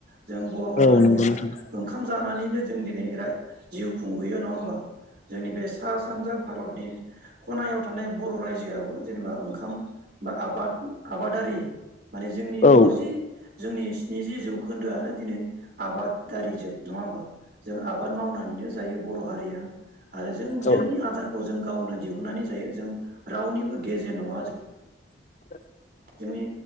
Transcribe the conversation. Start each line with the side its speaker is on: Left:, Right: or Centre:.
Right: जों बर'
Left: औ
Right: हारिया
Left: नंगौ नोंथां
Right: ओंखाम जानानैनो जों दिनै राय जिउ खुंबोयो नङा होमबा जोंनि बे सा सानजा भारतनि खनायाव थानाय बर' रायजोआबो जेनेबा ओंखाम बा आबाद आबादारि माने जोंनि
Left: औ
Right: द'जि जोंनि स्निजि जौ खोन्दोआनो दिनै आबादारि जोब नङा होमबा जों आ बाद मावनानैनो जायो बर' हारिया आरो जों
Left: औ
Right: जोंनि आदारखौ जों गावनो दिहुननानै जायो जों रावनिबो गेजेन नङा जों
Left: <inaudible>
Right: जोंनि